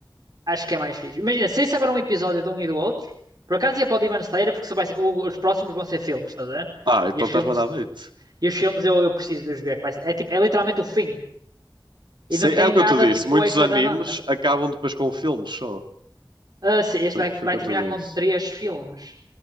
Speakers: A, on the right; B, on the right.
A: Acho que é mais fixe. Imagina, se isso agora é um episódio de um e do outro, por acaso ia para o Demon Slayer porque só vai ser- o- os próximos vão ser filmes, estás a ver?
B: Ah, então
A: E os
B: estás-me
A: filmes,
B: a dar bait.
A: e os filmes eu, eu preciso de os ver. que vai ser- É, tipo, é literalmente o fim. E não
B: Sei,
A: tem
B: é o
A: nada
B: que eu te disse.
A: tipo
B: Muitos
A: extra
B: animes
A: da manga.
B: acabam depois com filmes só.
A: Ah, sim, este
B: Foi,
A: vai,
B: foi
A: vai
B: o que
A: terminar
B: eu te
A: com
B: disse.
A: três filmes.